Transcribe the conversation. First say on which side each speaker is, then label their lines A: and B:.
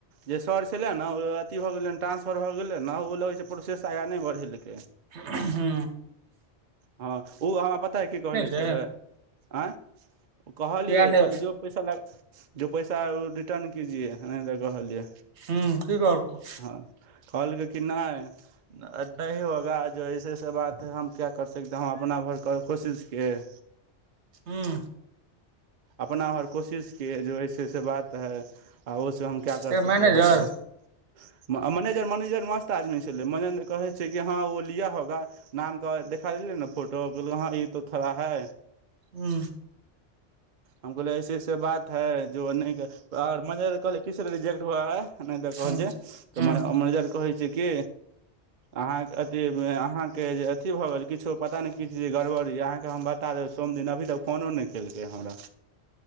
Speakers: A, on the right; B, on the right.
A: जे सर छलै ने अथी भऽ गेलै ट्रांसफर भ गेलै ने ओ लगै छै प्रोेसेस आगा नहि बढ़ैलकै
B: हू
A: हँ ओ हमरा पता हय की कहले छलै
B: से
A: आँय कहलिए
B: किया नहि
A: कहलिए जो पैसा लेका जो पैसा है ओ रिटर्न कीजियए एनाहिते तऽ कहलियै
B: हूँ की कहलकौ
A: हँ कलकै कि नाहि नहि होगा जो ऐसेऐसे बात ह हम क्या कर सकतेै हम अपना भर कर कोशिश किए ह
B: ह्म
A: अपना हर कोशिश किए जो ऐसे एसे बात है आ ओ हम क्या कर
B: के
A: सकते
B: मैनेजर
A: है बताउ मनेजर मनेजर मस्त आदमी छलै मनेजर कहै छै कि हँ ओ लिया होगा नामके देखा देल ने फोटोल हँ ई तो थोड़ा है
B: हूँ
A: हम कहलिए ऐसे ऐसे बात है जो नहि और मनेजर कहलिए कीसलिए रिजेक्ट हुआ है नहि तऽ कहल
B: हूँ
A: जा तऽ
B: हूँ
A: मैनेजर कहै छै कि अहाँ के अथी भ अहां के जे अथी भअ गेल किछो पता ने कि गड़बड़ भअ अहांके हम बता सोम दिन अभी तक फोनो नहि केलकै हमरा